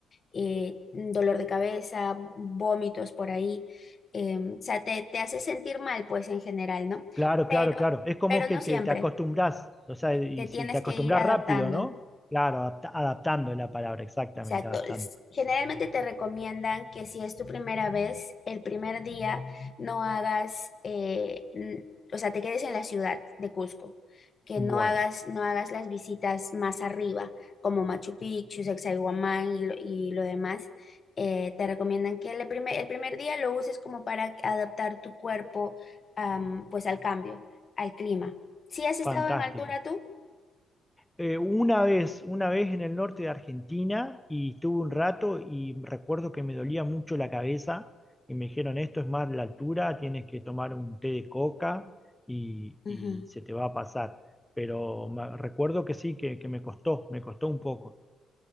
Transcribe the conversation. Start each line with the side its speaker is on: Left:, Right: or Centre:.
Left: eh, dolor de cabeza, vómitos por ahí. Em, o sea, te, te hace sentir mal, pues en general, ¿no?
Centre: Claro,
Left: Pero,
Centre: claro, claro. Es como
Left: pero
Centre: que
Left: no
Centre: te,
Left: siempre
Centre: te acostumbras, o sea, y
Left: te tienes
Centre: si te acostumbras
Left: que ir adaptando.
Centre: rápido, ¿no? Claro, adapta- adaptando es la palabra, exactamente,
Left: Exacto.
Centre: adaptando.
Left: S- Generalmente te recomiendan que si es tu primera vez, el primer día no hagas, eh, n- o sea, te quedes en la ciudad de Cusco, que
Centre: Bueno,
Left: no hagas, no hagas las visitas más arriba, como Machu Picchu, Sacsayhuamán y lo, y lo demás. Eh, te recomiendan que el primer, el primer día lo uses como para adaptar tu cuerpo, am, pues al cambio, al clima. ¿Si has estado
Centre: fantástico.
Left: en altura tú?
Centre: Eh, una vez, una vez en el norte de Argentina y estuve un rato y recuerdo que me dolía mucho la cabeza y me dijeron, esto es más la altura, tienes que tomar un té de coca y,
Left: Ujú.
Centre: y se te va a pasar. Pero me- recuerdo que sí, que, que me costó, me costó un poco.